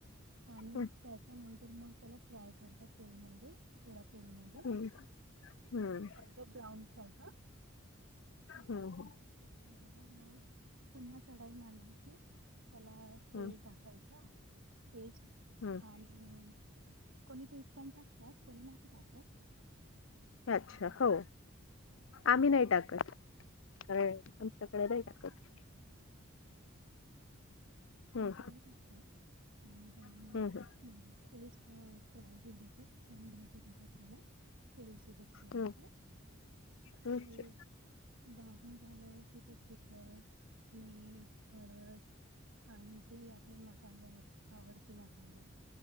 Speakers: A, on the right; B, on the left.
A: आणि
B: हम्म
A: त्याच्यानंतर मग त्याला फ्राय करतात तेलमध्ये,, थोडा तेलमध्येऽ
B: हम्म हम्म,
A: ब्राउन सारखा,,
B: हम्म
A: ते झाल्यावर मगऽ पुन्हा कढाई मांडायची,, त्याला तेल
B: हम्म
A: टाकायचंऽ पेस्ट
B: हम्म
A: आणि कोनी तेज पण टाकतात,, कोनी नाही टाकत.
B: अच्छा,, हो, आम्ही नाही टाकत. कारणऽ आमच्याकडे नाही टाकत.
A: आमची
B: हम्म
A: काही टाकतात,, आणि तेवढ
B: हम्म
A: मगऽ
B: हम्म
A: पेस्ट ला फ्राय होऊ देतात, छान भाजू देतात आपल्यालाऽऽ तेल सूटे पर्यंत
B: हम्म
A: ऽ
B: हम्म
A: ते, भाजून झाल्यावरती तिखट मीटऽ हळदऽ आणि जे आपले मसाले आहेत, आवडते मसाले,